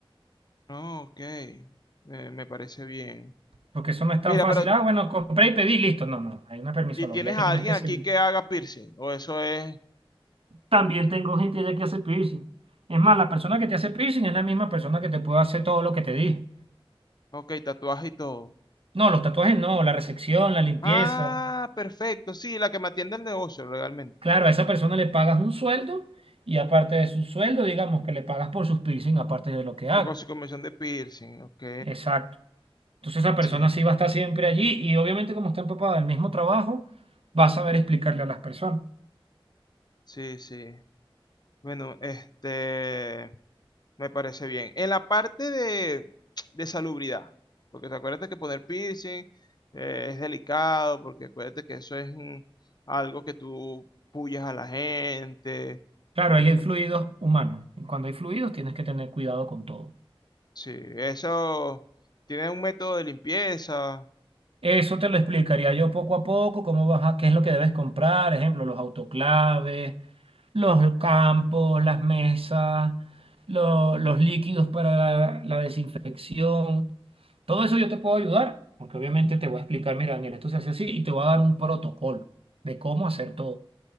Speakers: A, on the left; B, on the right.
A: No, ok. Eh, me parece bien.
B: Porque eso no es
A: Mira,
B: tan fácil.
A: pero
B: Ah, bueno, compré y pedí, listo. No, no, hay una permisología
A: ¿y tienes
B: que
A: a
B: tienes
A: alguien
B: que
A: aquí
B: seguir.
A: que haga piercing? O eso es,
B: También tengo gente ya que hace piercing. Es más, la persona que te hace piercing es la misma persona que te puede hacer todo lo que te dije.
A: ok, tatuaje y todo.
B: No, los tatuajes no, la resección, la limpieza.
A: Ah, perfecto. Sí, la que me atiende el negocio, legalmente.
B: Claro, a esa persona le pagas un sueldo y aparte de su sueldo, digamos que le pagas por sus piercing, aparte de lo que haga.
A: Con su comisión de piercing, ok.
B: Exacto. Entonces esa persona
A: Sí,
B: sí va a estar siempre allí y obviamente como está empapada del mismo trabajo, va a saber explicarle a las personas.
A: sí, sí. Bueno, este... Me parece bien. En la parte de, de salubridad, porque te acuérdate que poner piercing eh, es delicado, porque acuérdate que eso es mm, algo que tú puyas a la gente.
B: Claro,
A: eh,
B: ahí hay fluidos humanos. Y Cuando hay fluidos, tienes que tener cuidado con todo.
A: sí, eso tiene un método de limpieza.
B: Eso te lo explicaría yo poco a poco, cómo vas a- qué es lo que debes comprar, ejemplo, los autoclaves, los campos, las mesas, lo- los líquidos para la desinfección. Todo eso yo te puedo ayudar, porque obviamente te voy a explicar, mira, Daniel, esto se hace así y te voy a dar un protocolo de cómo hacer todo.